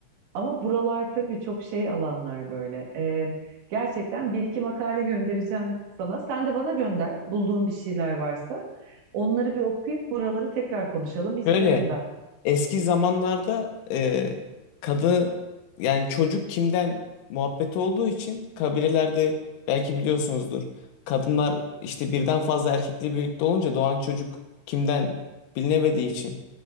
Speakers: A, on the right; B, on the left.
A: Ama buralar tabii çok şey alanlar böyle. Ee, gerçekten bir iki makale göndereceğim sana. Sen de bana gönder bulduğun bir şeyler varsa. Onları bir okuyup buraları tekrar konuşalım isterim
B: böyle.
A: ben.
B: Eski zamanlarda e, kadı yani çocuk kimden muhabbeti olduğu için kabilelerde belki biliyorsunuzdur. Kadınlar işte birden fazla erkekle birlikte olunca doğan çocuk kimden bilinemediği için